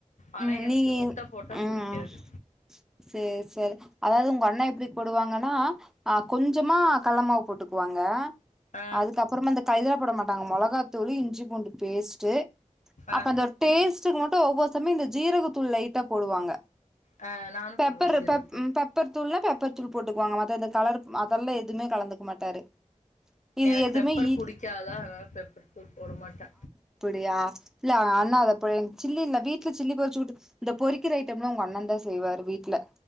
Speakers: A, on the left; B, in the centre.
A: ஆனா
B: ம்
A: எனக்கு
B: நீங்க
A: முட்ட போட்டா
B: ம்
A: புடிக்காது
B: சேரி சேரி அதாவது உங்க அண்ணா எப்படி போடுவாங்கன்னா அஹ் கொஞ்சோ கள்ளமாவு போட்டுக்குவாங்க
A: ஆ
B: அதுக்கப்புறமா இந்த <unintelligible> போட மாட்டாங்க மிளகாத்தூள் இஞ்சி பூண்டு பேஸ்ட் அப்பற
A: ஆ
B: இந்த டேஸ்ட்டுக்கு மட்டு ஒவ்வொ சமம் இந்த ஜீரகத்தூள் லைட்டா போடுவாங்க
A: ஆ நானு
B: பப்பர்
A: போடுவே ஜீரகத்தூள்
B: பப் பெப்பர் தூள்னா பெப்பர் தூள் போட்டுக்குவாங்க மத்த அந்த கலர் அதெல்லா எதுவுமே கலந்துக்க மாட்டாரு இது
A: எனக்கு
B: எதுமே
A: பெப்பர்
B: இ
A: புடிக்காதா அதனால பெப்பர் தூள் போட மாட்டே
B: அப்டியா இல்ல அண்ணா அத போய் சில்லின வீட்டு வீல சில்லி பொறிச்சு விட்டு இந்த பொறிக்கிற ஐட்டம் எல்லா உங்க அண்ணன் தா செய்வாரு வீட்டுல